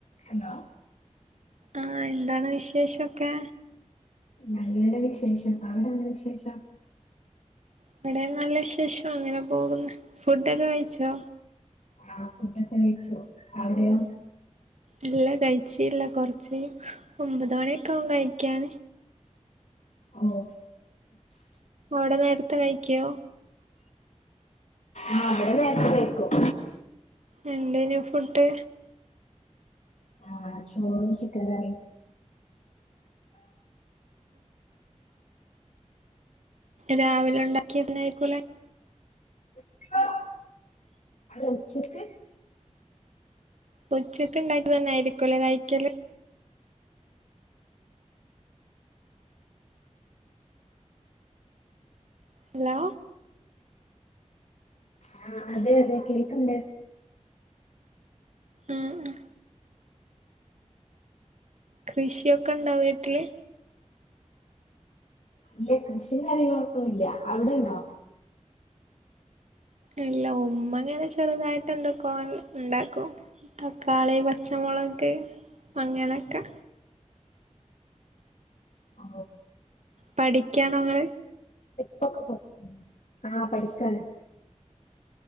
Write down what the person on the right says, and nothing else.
ആ എന്താണ് വിശേഷൊക്കെ
അവിടെ നല്ല വിശേഷം അങ്ങനെ പോകുന്ന് ഫുഡൊക്കെ കഴിച്ചോ
ഇല്ല കഴിച്ച ഇല്ല കൊറച്ച് ഒമ്പത് മണിയൊക്കെ ആകും കഴിക്കാൻ
അവിടെ നേരത്തെ കഴിക്കോ
എന്തേനെ ഫുഡ്
രാവിലെ ഉ ഉണ്ടാക്കിയതായിരികുംലെ
ഉചക്ക് ഉണ്ടാക്കിയത് തന്നെയായിരിക്കുംല്ലേ കഴ്ക്കല് ഹലോ
ആഹ് ആഹ് കൃഷിയൊക്കെ ഉണ്ടോ വീട്ടില്
ഇല്ല ഉമ്മങ്ങനെ ചെറുതായിട്ട് എന്തൊക്കോ ഉണ്ടാക്കും തക്കാളി പച്ചമുളക് അങ്ങനൊക്കെ
പഠിക്കാണോ നിങ്ങൾ